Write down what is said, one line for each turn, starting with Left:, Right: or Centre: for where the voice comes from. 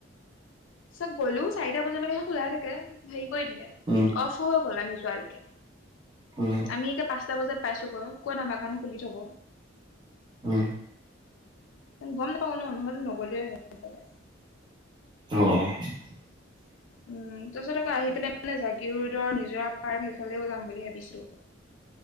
Left: চব গ'লো চাৰিটা বজালৈকে খোলা থাকে, হেৰি কৰি দিলে
Right: উম
Left: অফ হৈ গ'ল আমি যোৱালৈকে।
Right: অ',
Left: আমি এতিয়া পাঁচটা বজাত পাইছোগৈ, কত আমাৰখন খুলি থব।
Right: উম
Left: গম নাপাও ন নহ'লে নগলোৱে হৈ চাগে।
Right: অ',
Left: উম, তাৰপিছত আকৌ আহি পেলাই মানে জাগী ৰোডৰ নিজৰা পাৰ্ক সেইফালেও যাম বুলি ভাবিছিলো।